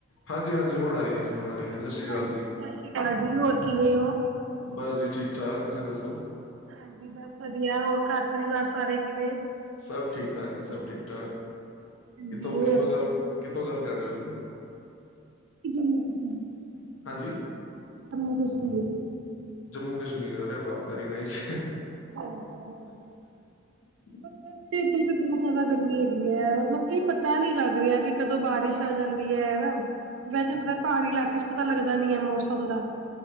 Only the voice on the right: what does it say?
ਹਾਂਜੀ
ਸ਼ਸ਼ੀ ਕਾਲ ਜੀ ਹੋਰ ਕਿਵੇਂ ਓ
ਹਾਂਜੀ ਬਸ ਵਧੀਆ ਹੋਰ ਘਰ ਪਰਿਵਾਰ ਸਾਰੇ ਕਿਵੇਂ
ਹਾਂਜੀ
ਹੋਰ
ਕਿ <unintelligible> ਜੰਮੂ ਕਸ਼ਮੀਰ
ਜੰਮੂ ਕਸ਼ਮੀਰ
<unintelligible>
ਤੇ ਇੱਧਰ ਤੇ ਬਹੁਤ ਜ਼ਿਆਦਾ ਗਰਮੀ ਹੈਗੀ ਹੈ ਮਤਲਬ ਕੀ ਪਤਾ ਨੀ ਲੱਗ ਰਿਹਾ ਕਿ ਕਦੋਂ ਬਾਰਿਸ਼ ਆ ਜਾਂਦੀ ਐ ਹਨਾ ਵੈਜੇ ਮਬ <unintelligible> ਪਹਾੜੀ ਇਲਾਕੇ ਚ ਪਤਾ ਲੱਗਦਾ ਨੀ ਐ ਮੌਸਮ ਦਾ